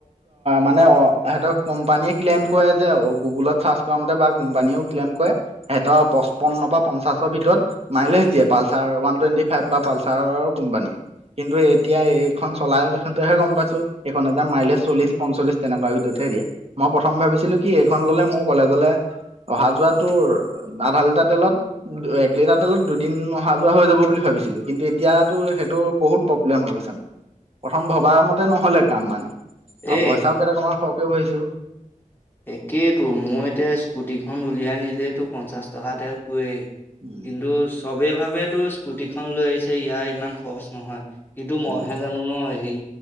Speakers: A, on the right (about 45°); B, on the left (about 15°).
A: মানে অ সিহঁতক কোম্পানীয়ে ক্লেইম কৰে যে গুগলত চাৰ্চ কৰা মতে বা কোম্পানীয়েও ক্লেইম কৰে সিহঁতৰ পচপন্নৰ পৰা পঞ্চাশৰ ভিতৰত মাইলেজ দিয়ে পালচাৰ ওৱান টুৱেণ্টি ফাইভ বা পালচাৰৰ কোম্পানীয়ে কিন্তু এতিয়া এইখন চলাওঁতেহে গম পাইছো। এখনৰ যে মাইলেজ চল্লিশ পঞ্চল্লিছ তেনেকুৱা ভিতৰতহে দিয়ে। মই প্ৰথম ভাবিছিলো কি এইখন ল'লে মোৰ কলেজলে অহা যোৱা তোৰ আধা লিটাৰ তেলত এক লিটাৰ তেলত দুদিন অহা যোৱা হৈ যাব বুলি ভাবিছিলো। কিন্তু এতিয়াতো সেইটো বহুত প্ৰব্লেম হৈ গৈছে। প্ৰথম ভবাৰ মতে নহ'লে কাম মানে আৰু
B: এ
A: পইচাও কেইটকা মান সৰহকে ভৰিছো।
B: একেতো মই এতিয়া স্কুটিখন উলিয়াই নিলেই তোৰ পঞ্চাছ টকাৰ তেল পুৰেই।
A: উম,
B: কিন্তু চবেই ভাবে তোৰ স্কুটিখন লৈ আহিছে ইয়াৰ ইমান খৰচ নহয়। কিন্তু মই
A: উম,
B: হে জানো ন সেই